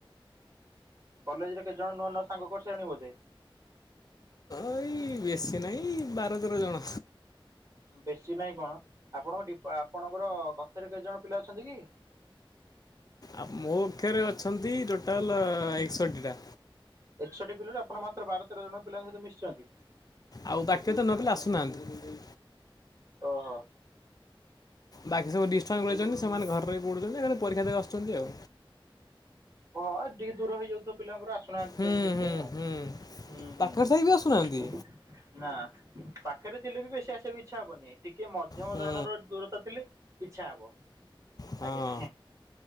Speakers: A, on the right; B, on the left.
A: କଲେଜରେ କେତେ ଜଣ ନଆ ନୂଆ ସାଙ୍ଗ କରିସାରାଣି ବୋଧେ?
B: ଏଇ ବେଶୀ ନାହିଁ ବାର ତେର ଜଣ।
A: ବେଶୀ ନାହିଁ କଣ ଆପଣଙ୍କ ଡି ଆପଣଙ୍କର କକ୍ଷରେ କେତେ ଜଣ ପିଲା ଅଛନ୍ତି କି? ହ
B: ଆମ୍ ମୋ କକ୍ଷରେ ଅଛନ୍ତି ଟୋଟାଲ ଏକଷଠି ଟା।
A: ଏକଷଠି ପିଲାରୁ ଆପଣ ମାତ୍ର ବାର ତେର ଜଣ ପିଲାଙ୍କ ସହିତ ମିସିଛନ୍ତି?
B: ଆଉ ବାକ୍ୟ ତ ନହଲ ଆସୁନାହାନ୍ତି
A: ଓହୋ।
B: ବାକି ସବୁ ଡିଷ୍ଟା କରିଛନ୍ତି ସେମାନେ ଘରେରେ ବି ପଡୁଛନ୍ତି ପରୀକ୍ଷା ଦେବାକୁ ଆସୁଛନ୍ତି ଆଉ।
A: ହଁ ଟିକେ ଦୂର ହେଇଯାଉଥିବ ପିଲାଙ୍କର ଆସ ଶିଖି ନାହାନ୍ତି
B: ହୁଁ
A: ତେଣୁ ସେଥିପାଇଁ
B: ହୁଁ
A: ଆଉ
B: ହୁଁ
A: ହୁଁ ହୁ
B: ପାଖରେ ଥାଇ ବି ଆସୁନାହାନ୍ତି
A: ନା ପାଖରେ ଥିଲେ ବି ବେଶୀ ଆସିବାକୁ ଇଚ୍ଛା ହବନି ଟିକେ କିଏ ମଧ୍ୟମ
B: ହୁଁ
A: ଧରଣର ଦୂରତା ଥିଲେ ଇଚ୍ଛା ହବ
B: ହଁ।
A: ଆଜ୍ଞା।